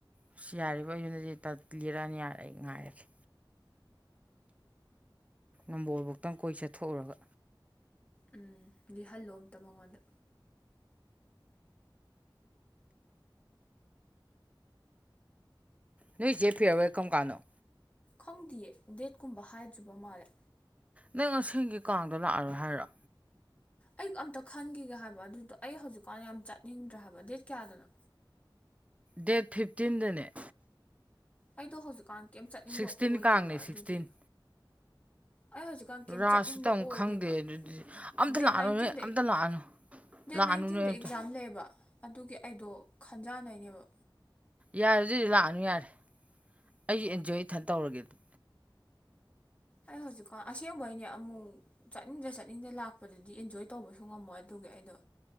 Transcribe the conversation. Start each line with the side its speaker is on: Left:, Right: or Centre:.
Right: ꯑꯁ ꯌꯥꯔꯤꯕ ꯑꯩꯗꯨꯅꯗꯤ ꯇ ꯂꯤꯔꯅꯤ ꯌꯥꯔꯦ ꯑꯩ ꯉꯥꯏꯔꯒꯦ ꯅꯝꯕꯣꯜ ꯕꯨꯛꯇꯪ ꯀꯣꯏ ꯆꯠꯊꯣꯛꯎꯔꯒ
Left: ꯎꯝ ꯂꯤ ꯍꯂꯂꫭ ꯑꯃꯝꯇ ꯃꯉꯣꯟꯗ
Right: ꯅꯣꯏꯖꯩ ꯐꯤꯔꯋꯦꯜ ꯀꯝ ꯀꯥꯟꯅꫭ
Left: ꯈꯪꯗꯤꯌꯦ ꯗꯦꯠꯀꯨꯝꯕ ꯍꯥꯏꯗ꯭ꯔꯤꯕ ꯃꯥꯜꯂꯦ
Right: ꯅꯪ ꯑꯁꯦꯡꯒꯤ ꯀꯥꯡꯗ ꯂꯥꯛꯑꯔꯣꯏ ꯍꯥꯏꯔꯣ
Left: ꯑꯩ ꯑꯝꯇ ꯈꯟꯒꯤꯒꯦ ꯍꯥꯏꯕ ꯑꯗꯨꯗꯣ ꯑꯩ ꯍꯧꯖꯤꯛꯀꯥꯟ ꯌꯥꯝ ꯆꯠꯅꯤꯡꯗ꯭ꯔꯦ ꯍꯥꯏꯕ ꯗꯦꯠ ꯀꯌꯥꯗꯅꯣ
Right: ꯗꯦꯠ ꯐꯤꯞꯇꯤꯟꯗꯅꯦ
Left: ꯑꯩꯗꯣ ꯍꯧꯖꯤꯛꯀꯥꯟ ꯀꯩꯝ ꯆꯠꯅꯤꯡꯕ
Right: ꯁꯤꯛꯁꯇꯤꯟ
Left: ꯑꯣꯏꯗꯦꯕ
Right: ꯀꯥꯡꯅꯦ ꯁꯤꯛꯁꯇꯤꯟ
Left: ꯑꯗꯨꯒꯤ ꯑꯩ ꯍꯧꯖꯤꯛ ꯀꯥꯡ
Right: ꯔꯥꯁꯁꯨ
Left: ꯀꯦꯝ ꯆꯠꯅꯤꯡꯕ
Right: ꯇꯝ
Left: ꯑꯣꯏꯗꯦꯕ
Right: ꯈꯪꯗꯦ ꯑꯗꯨꯗꯤ ꯑꯝꯇ
Left: ꯗꯦꯠ
Right: ꯂꯥꯛꯑꯅꯨ
Left: ꯅꯥꯏꯟꯇꯤꯟꯗ
Right: ꯅꯣꯏ ꯑꯝꯇ ꯂꯥꯛꯑꯅꯨ
Left: ꯗꯦꯠ
Right: ꯂꯥꯛꯑꯅꯨ
Left: ꯅꯥꯏꯟꯇꯤꯟꯗ
Right: ꯅꯣꯏ ꯑꯝꯇ
Left: ꯑꯦꯛꯖꯥꯝ ꯂꯩꯌꯦꯕ ꯑꯗꯨꯒꯤ ꯑꯩꯗꯣ ꯈꯟꯖꯥꯟꯅꯩꯅꯦꯕ
Right: ꯌꯥꯔꫭꯏꯗꯨꯏꯗꯤ ꯂꯥꯛꯑꯅꯨ ꯌꯥꯔꯦ ꯑꯩꯁꯨ ꯑꯦꯟꯖꫭ ꯏꯊꯟ ꯇꯧꯔꯒꯦ ꯑꯗꯨ
Left: ꯑꯩ ꯍꯧꯖꯤꯛꯀꯥꯟ ꯑꯁꯦꯡꯕꯩꯅꯤ ꯑꯃꯨꯛ ꯆꯠꯅꯤꯡꯗ ꯆꯠꯅꯤꯡꯗ ꯂꯥꯛꯄꯗꯨꯗꯤ ꯑꯦꯟꯖꯣꯏ ꯇꯧꯕꯁꯨ ꯉꯝꯃꯣꯏ ꯑꯗꯨꯒꯤ ꯑꯩꯗꯣ